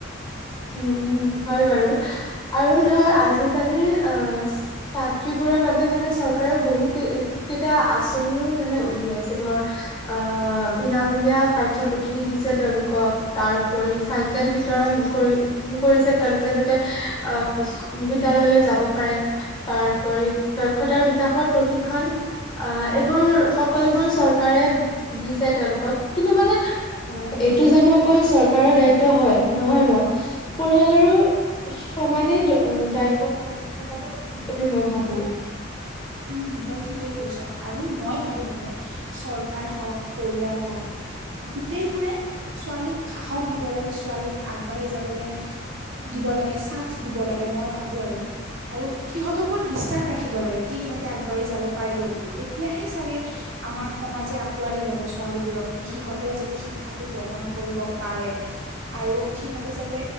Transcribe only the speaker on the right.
উম, তই ঠিকেই কৈছ আৰু মই ভাবো মানে চৰকাৰ হওক পৰিয়াল হওক গোটেইবোৰে ছোৱালীক সাহস দিব লাগে ছোৱালীক আগবাঢ়ি যাবলে। দিব লাগে চাথ দিব লাগে মই ভাবো আৰু আৰু সিহঁতৰ ওপৰত বিশ্বাস ৰাখিব লাগে। কিহঁতে আগবাঢ়ি যাব পাৰিব বুলি তেতিয়াহে চাগে আমাৰ সমাজে আঁকোৱালি ল'ব ছোৱালীবোৰক। সিহঁতেও যাতে শিক্ষাটো গ্ৰহণ কৰিব পাৰে আৰু সিহঁতে যাতে